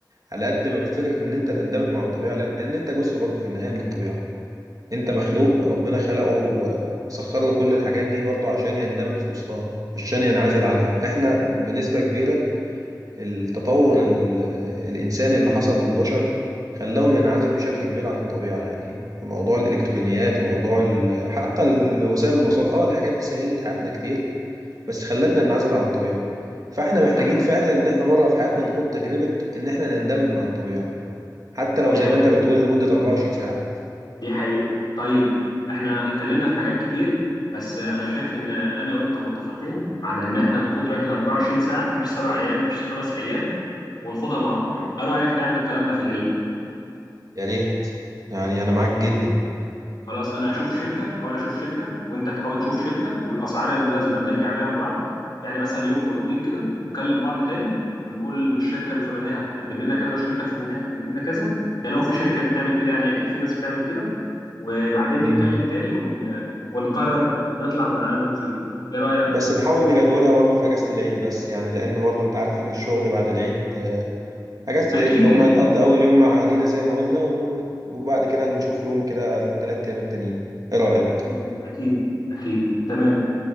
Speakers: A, on the right; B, on the left.
A: على قد ما فكره ان انت تندمج مع الطبيعه لان انت جزء برضو في النهايه من الطبيعه انت مخلوق
B: أكيد
A: ربنا خلقه وسخر له كل الحاجات دي برضو عشان يندمج في وسطها مش عشان ينعزل عنها احنا بنسبه كبيره التطور ال- الإنساني اللي حصل للبشر خلاهم ينعزلوا بشكل كبير عن الطبيعة يعني في موضوع الإلكترونيات وموضوع ال- حتى ال- وسائل المواصلات اه الحاجات دي سهلت حياتنا كتير بس خلتنا ننعزل عن الطبيعة فاحنا محتاجين
B: دي ح-
A: فعلا ان احنا مرة في حياتنا نخوض تجربة ان احنا نندمج مع الطبيعة حتى لو
B: دي
A: زي
B: ح-
A: ما انت بتقول لمدة 24 ساعة
B: دي حقيقة طيب احنا اتكلمنا في حاجات كتير بس انا شايف ان انا وانت متفقين على ان احنا نخوض رحلة 24 ساعة مش سبع ايام مش خمس ايام ونخوضها مع الطبيعة ايه رأيك نعمل الكلام ده في العيد
A: يا ريت يعني انا معاك جدا
B: خلاص انا هشوف شركة حاول اشوف شركة وانت تحاول تشوف شركة والاسعار المناسبة نرجع بيها لبعض يعني مثلا يوم او اتنين كده ونكلم بعض تاني ونقول ان الشركة الفلانية هتقدم لنا كذا الشركة الفلانية هتقدم لنا كذا ده لو في شركات بتعمل كده يعني اكيد في ناس بتعمل كده وبعدين
A: مم.
B: نتكلم تاني ون... ونقرر نطلع مع انه فيهم ايه رأيك
A: بس نحاول نجدولها برضه في اجازة العيد بس يعني لان برضه انت عارف ان الشغل بعد العيد اجازة
B: اكيد
A: العيد اللي هم
B: اكيد
A: هنقضي اول يوم مع اهالينا زي ما قلنا و- وبعد كده نشوف يوم كده في الثلاث ايام التانيين ايه رأيك
B: اكيد اكيد اكيد تمام